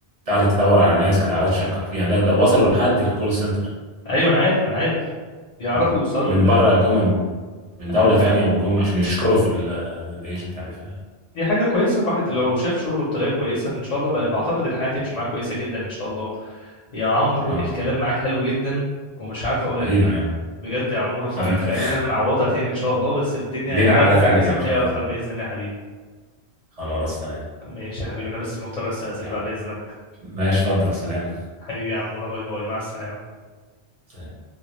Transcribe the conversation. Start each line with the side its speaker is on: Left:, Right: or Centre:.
Right: قعدت تدور على ناس كانت قاعدة تشكر فيها ده ده وصلوا لحد الكول سنتر
Left: ايوه انا عارف انا عارف بيعرفوا
Right: والله
Left: يوصلوا
Right: من
Left: لل...
Right: بره جم من من دولة
Left: انا فاهم
Right: تانية وجم عشان يشكروا في ال- الايجنت يعني ف
Left: دي حاجة كويسة الواحد لو شاف شغله بطريقة كويسة إن شاء الله بقى بعتقد الحياة تمشي معاه كويسة جدا إن شاء الله يا عمرو
Right: اه
Left: الكلام معاك حلو جدا ومش عارف أقول
Right: حبيبي
Left: لك إيه
Right: يا مان
Left: بجد يا عمورة فخلينا
Right: حبيبي <laughs>
Left: نعوضها تاني إن شاء الله بس الدنيا
Right: لينا
Left: الوقت
Right: قعدة
Left: يبقى
Right: تانية
Left: فيه سماحية
Right: ان شاء الله
Left: أكتر بإذن الله يا حبيبي
Right: خلاص تمام
Left: ماشي يا حبيبي أنا بس مضطر أستأذن
Right: يلا
Left: بقى بإذنك
Right: ماشي اتفضل سلام
Left: حبيبي يا عمورة باي باي مع السلامة
Right: سلام